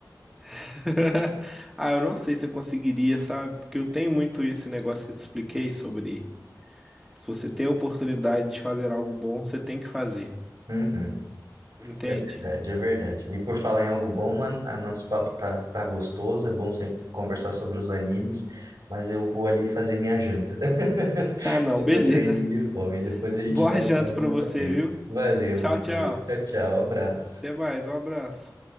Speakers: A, in the centre; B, on the right.
A: <laughs> Ah, eu não sei se eu conseguiria, sabe? Porque eu tenho muito esse negócio que eu te expliquei sobre se você tem a oportunidade de fazer algo bom, você tem que fazer.
B: Uhum.
A: Entende?
B: É verdade, é verdade. E por falar em algo bom, mano, a nosso papo tá, tá gostoso, é bom sempre conversar sobre os animes, mas eu vou ali fazer minha janta. <laughs>
A: Ah, não,
B: Eu
A: beleza.
B: tô caindo de fome, depois a gente
A: Boa
B: bate
A: janta
B: mais
A: pra
B: um
A: você,
B: papinho.
A: viu?
B: Valeu,
A: Tchau,
B: meu
A: tchau.
B: querido. Tchau, tchau, abraço.
A: Até mais, um abraço.